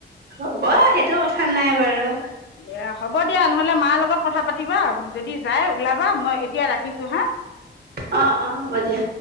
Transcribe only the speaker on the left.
দিয়া হ'ব দিয়া নহ'লে মাৰ লগত কথা পাতিবা। যদি যাই ওলাবা মই এতিয়া ৰাখিছো হাঁ।